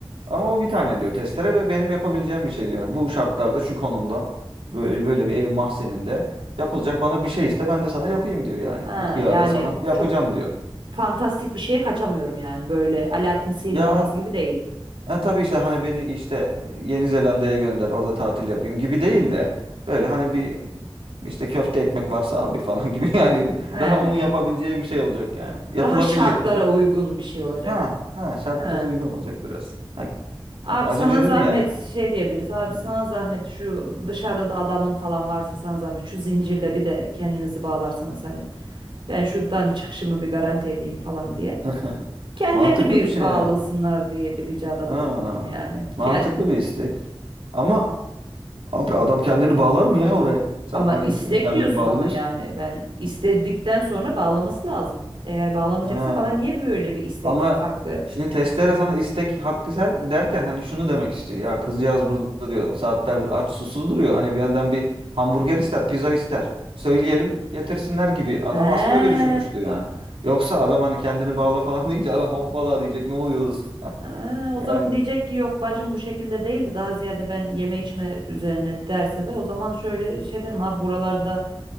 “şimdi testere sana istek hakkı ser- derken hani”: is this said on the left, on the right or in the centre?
Right